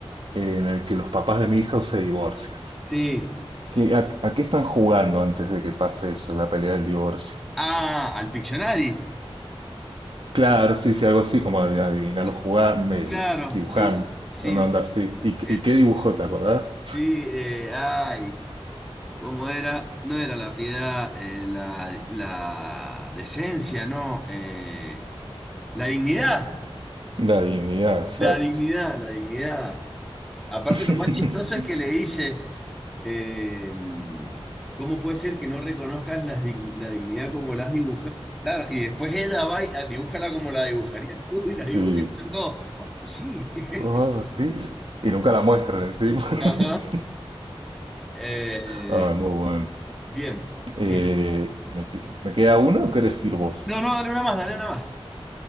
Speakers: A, on the right (about 60°); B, in the centre.
A: en el que los papás de mi hija se divorcian.
B: Sí.
A: ¿Qué- a, a qué están jugando antes de que pase eso, la pelea del divorcio?
B: Ah, al Pictionary.
A: Claro, sí, sí, algo así como de adivinarlo
B: Co-
A: jugando,
B: Claro,
A: dibujando,
B: sí, sí. Sí,
A: una onda así. ¿Y, qué-
B: eh,
A: y qué dibujó, te acordás?
B: sí, eh, ay. ¿Cómo era? No era la piedad, eh, la, la decencia, ¿no? Eh, La dignidad,
A: La dignidad, exacto.
B: la dignidad, la dignidad. Aparte,
A: <laughs>
B: lo más chistoso es que le dice, eh, ¿cómo puede ser que no reconozcas la, dig- la dignidad como la has dibujado? Claro, y después ella va y ah, dibújala como la dibujarías tú y la dibujan
A: Sí.
B: todos. Oh, sí. <laughs>
A: Oh, sí. Y nunca la muestran encima. <laughs>
B: Ajá. Eh,
A: Ah, muy bueno.
B: bien.
A: Eh,
B: Bien.
A: ¿me, que- me queda una o querés ir vos?
B: No, no, dale una más, dale una más.